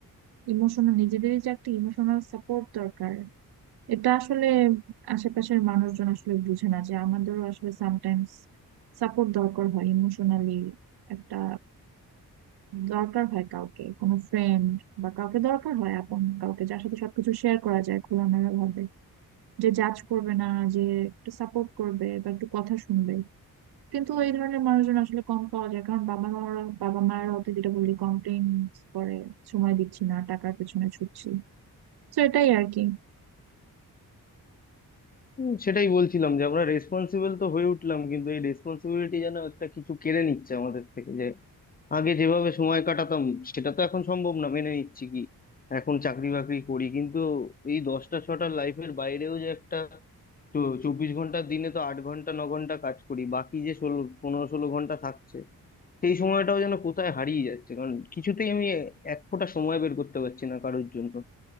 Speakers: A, on the right; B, on the left.
A: ইমোশনাল নিজেদেরই যে একটা ইমোশনাল সাপোর্ট দরকার এটা আসলে আশেপাশের মানুষজন আসলে বুঝে না যে আমাদেরও আসলে সামটাইমস সাপোর্ট দরকার হয় ইমোশনালি একটা দরকার হয় কাউকে কোনো ফ্রেন্ড বা কাউকে দরকার হয় আপন কাউকে যার সাথে সবকিছু শেয়ার করা যায় খোলামেলা ভাবে যে জাজ করবে না যে একটু সাপোর্ট করবে বা একটু কথা শুনবে কিন্তু এই ধরনের মানুষজন আসলে কম পাওয়া যায় কারণ বাবা মারা বাবা মায়ের হয়তো যেটা বললি কমপ্লেন করে সময় দিচ্ছি না টাকার পেছনে ছুটছি তো এটাই আর কি
B: হুম, সেটাই বলছিলাম যে আমরা রেসপন্সিবল তো হয়ে উঠলাম কিন্তু এই রেসপন্সিবিলিটি যেন একটা কিছু কেড়ে নিচ্ছে আমাদের থেকে যে আগে যেভাবে সময় কাটাতাম সেটা তো এখন সম্ভব না মেনে নিচ্ছি কি এখন চাকরি বাকরি করি কিন্তু এই দশটা ছটার লাইফের বাইরেও যে একটা চ- চব্বিশ ঘন্টার দিনে তো আট ঘন্টা ন ঘন্টা কাজ করি বাকি যে ষোলো পনেরো ষোলো ঘন্টা থাকছে সেই সময়টাও যেন কোথায় হারিয়ে যাচ্ছে কারণ কিছুতেই আমি এক ফোঁটা সময় বের করতে পারছি না কারোর জন্য